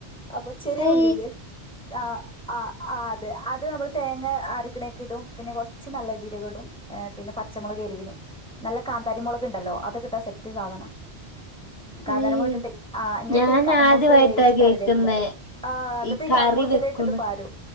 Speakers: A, in the centre; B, on the left.
A: അപ്പൊ ചെറിയ
B: ഹൈ
A: ഉള്ളി ഇല്ലേ ആ ആ അ ത്. അത് നമ്മൾ തേങ്ങ അരക്ക്ണേക്കിടും പിന്നെ കൊർച്ച് നല്ല ജീരക ഇടുംഏ പിന്നെ പച്ചമുളക് എരിവിന് നല്ല കാന്താരി മുളക് ഇണ്ടല്ലോ. അതൊക്കിട്ടാ നല്ല സെറ്റ് സാധനാ കാന്താരി
B: ഹൈ
A: മുളക് ഇട്ടിട്ട് ആ ഇങ്ങിട്ട്
B: ഞാൻ
A: ഈ കറമൂസ
B: ആദ്യമായിട്ടാ
A: വേവിച്ചിട്ട്
B: കേൾക്കുന്നേ
A: അതിലേക്ക് ക്ക്പാരും ആ എന്നിട്ട് ഈ
B: കറി
A: കർമൂസിലേക്ക്
B: വെക്കുന്നു
A: ഇത് പാരും.